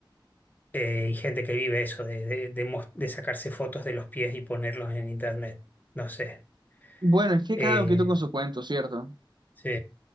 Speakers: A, on the left; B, on the right.
A: Eh, y gente que vive eso, de, de- de mos- de sacarse fotos de los pies y ponerlos en internet. No sé.
B: Bueno, es que
A: Eh,
B: cada loquito con su cuento, ¿cierto?
A: sí,